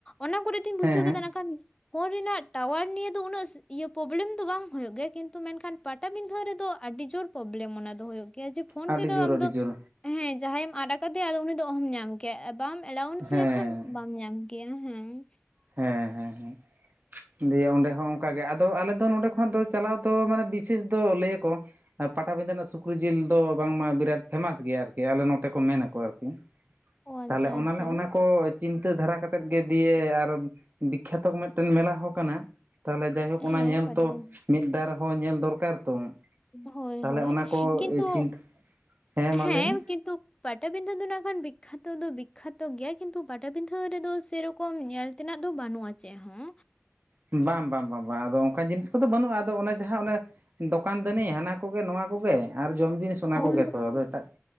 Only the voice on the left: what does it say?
ᱚᱱᱟ ᱠᱚᱨᱮ <unintelligible>
ᱵᱩᱡᱷᱟᱹᱣ
ᱠᱟᱫᱟ ᱱᱟᱜ ᱠᱷᱟᱱ ᱯᱷᱳᱱ ᱨᱮᱱᱟᱜ ᱴᱟᱣᱟᱨ ᱱᱤᱭᱮ ᱫᱚ ᱩᱱᱟᱹᱜ ᱤᱭᱟᱹ ᱯᱚᱵᱞᱮᱢ ᱫᱚ ᱵᱟᱝ ᱦᱳᱭᱳᱜ ᱜᱮᱭᱟ ᱠᱤᱱᱛᱩ ᱢᱮᱱᱠᱷᱟᱱ ᱯᱟᱴᱟᱵᱤᱸᱷᱟᱹ ᱨᱮᱫᱚ ᱟᱹᱰᱤ ᱡᱳᱨ ᱯᱚᱵᱞᱮᱢ ᱚᱱᱟ ᱫᱚ ᱦᱩᱭᱩᱜ ᱜᱮᱭᱟ ᱡᱮ ᱯᱷᱳᱱ
ᱛᱮᱫᱚ
ᱟᱢ
ᱫᱚ
ᱦᱮᱸ ᱡᱟᱦᱟᱸᱭᱮᱢ ᱟᱫ ᱠᱟᱫᱮᱭᱟ ᱟᱫᱚ ᱩᱱᱤ ᱫᱚ ᱚᱦᱚᱢ ᱧᱟᱢ ᱠᱮᱭᱟ ᱵᱟᱢ ᱮᱞᱟᱣᱩᱱᱥ
ᱞᱮᱠᱷᱟᱱ ᱵᱟᱢ ᱧᱟᱢ ᱠᱮᱭᱟ ᱦᱮᱸ᱾
ᱚ ᱟᱪᱪᱷᱟ
ᱟᱪᱪᱷᱟ
ᱦᱮᱸ
ᱯᱟᱴᱟᱵᱤᱸᱫᱷᱟᱹ
ᱦᱳᱭ
ᱦᱳᱭ
ᱠᱤᱱᱛᱩ,
ᱦᱮᱸ
ᱠᱤᱱᱛᱩ ᱯᱟᱴᱟᱵᱤᱸᱫᱟᱹ ᱫᱚ ᱱᱟᱜ ᱠᱷᱟᱱ ᱵᱤᱠᱷᱟᱛᱚ ᱫᱚ ᱵᱤᱠᱠᱷᱟᱛᱚ ᱜᱮᱭᱟ ᱠᱤᱱᱛᱩ ᱯᱟᱴᱟᱵᱤᱸᱫᱷᱟᱹ ᱨᱮᱫᱚ ᱥᱮᱨᱚᱠ ᱠᱚᱢ ᱧᱮᱞ ᱛᱮᱱᱟᱜ ᱫᱚ ᱵᱟᱹᱱᱩᱜᱼᱟ ᱪᱮᱫ ᱦᱚᱸ᱾
ᱦᱳᱭ
ᱦᱳᱭ